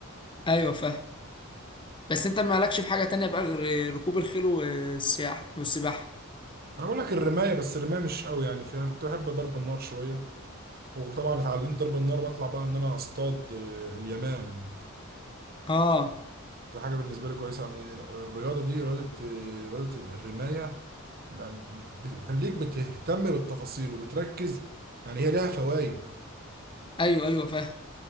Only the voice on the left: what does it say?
ايوه فاهم بس انت مالكش في حاجه تانية بقى غير ركوب الخيل والسياحه والسباحه
اه
ايوه ايوه فاهم